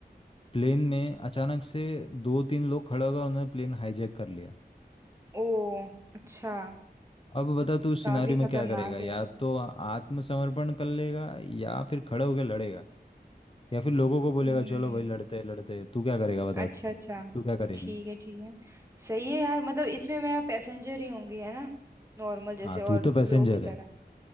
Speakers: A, on the left; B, on the right.
A: प्लेन में अचानक से दो तीन लोग खड़े हो गए उन्होंने प्लेन हाईजैक कर लिया
B: ओ अच्छा
A: अब बता तू उस
B: काफी
A: सिनारियो में
B: खतरनाक
A: क्या करेगा या
B: है
A: तो आत्मसमर्पण कर लेगा या फिर खड़े होकर लड़ेगा या फिर लोगों को बोलेगा
B: हम्म
A: चलो भाई लड़ते हैं लड़ते हैं तू क्या करेगा बता
B: अच्छा
A: तू
B: अच्छा
A: क्या करेगी
B: ठीक है ठीक है सही है यार मतलब इसमें मैं पैसेंजर ही होंगी है ना नॉर्मल जैसे
A: हाँ
B: और
A: तू तो पैसेंजर
B: लोगों की
A: है
B: तरह